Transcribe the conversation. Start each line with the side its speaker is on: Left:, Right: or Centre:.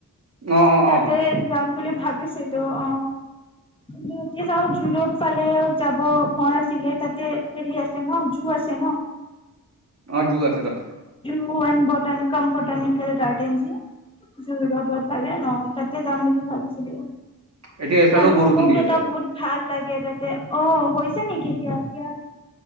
Right: অ অ
Left: তাতে
Right: অ
Left: যাম বুলি ভাবিছিলো অ কি এতিয়া চাওঁ জো ৰোড ফালেও যাব মন আছিলে তাতে হেৰি আছে ন জো আছে ন
Right: অ জো আছে তাতে
Left: অ এমবটানিকম বটানিকেল গাৰ্ডেন জোৰ ৰোডৰ ফালে অ তাতে যাম বুলি ভাবিছিলো
Right: এতিয়া এইফালেও
Left: আৰু
Right: বৰষুণ
Left: মোক
Right: দি আছে
Left: এটা বহুত ভাল লাগে তাতে অ হৈছে নেকি দিয়া দিয়া